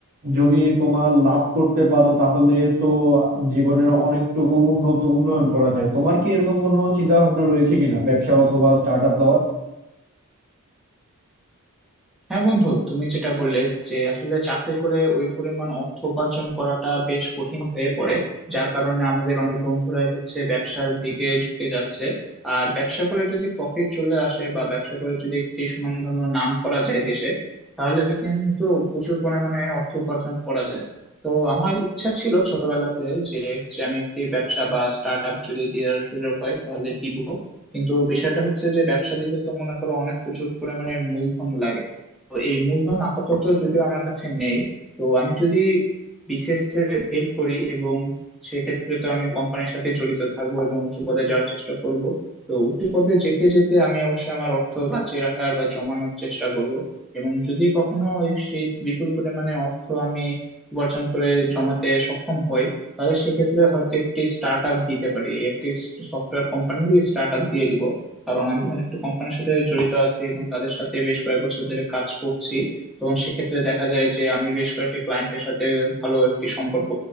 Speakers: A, on the right (about 40°); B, in the centre.
A: যদি তোমার লাভ করতে পারো তাহলে তো জীবনের অনেকটুকু উন্নত উন্নয়ন করা যায় তোমার কি এরকম কোনো চিন্তা ভাবনা রয়েছে কিনা ব্যবসা অথবা স্টার্ট আপ দেওয়ার
B: হ্যাঁ বন্ধু তুমি যেটা বললে যে আসলে চাকরি করে ওই পরিমাণ অর্থ উপার্জন করাটা বেশ কঠিন হয়ে পড়ে যার কারণে আমাদের অনেক বন্ধুরাই হচ্ছে ব্যবসার দিকে ঝুঁকে যাচ্ছে আর ব্যবসা করে যদি প্রফিট চলে আসে বা ব্যবসা করে যদি একটি সুনামধন্য নাম করা যায় দেশে তাহলে কিন্তু প্রচুর পরিমাণে অর্থ উপার্জন করা যায় তো আমার ইচ্ছা ছিল ছোটবেলাতে যে যে আমি একটি ব্যবসা বা স্টার্ট আপ যদি দেওয়ার সুযোগ হয় তাহলে দিব কিন্তু বিষয়টা হচ্ছে যে ব্যবসা দিতে তো মনে করো অনেক প্রচুর পরিমাণের মূলধন লাগে তো এই মূলধন আপাতত যদিও আমার কাছে নেই তো আমি যদি বিসিএস এ ফেল করি এবং সেক্ষেত্রে তো আমি কোম্পানির সাথে জড়িত থাকবো এবং উঁচু পদে যাওয়ার চেষ্টা করব তো উঁচু পদে যেতে যেতে আমি অবশ্যই আমার অর্থ বাঁচিয়ে রাখার বা জমানোর চেষ্টা করব এবং যদি কখনো এই সেই বিপুল পরিমাণে অর্থ আমি উপার্জন করে জমাতে সক্ষম হই তাহলে সেক্ষেত্রে হয়তো একটি স্টার্ট আপ দিতে পারি একটি সফটওয়্যার কোম্পানি স্টার্ট আপ দিয়ে দিব কারণ আমি যখন একটা কোম্পানির সাথে জড়িত আছি এবং তাদের সাথে বেশ কয়েক বছর ধরে কাজ করছি তখন সেক্ষেত্রে দেখা যায় যে আমি বেশ কয়েকটি ক্লায়েন্টের সাথে ভালো একটি সম্পর্ক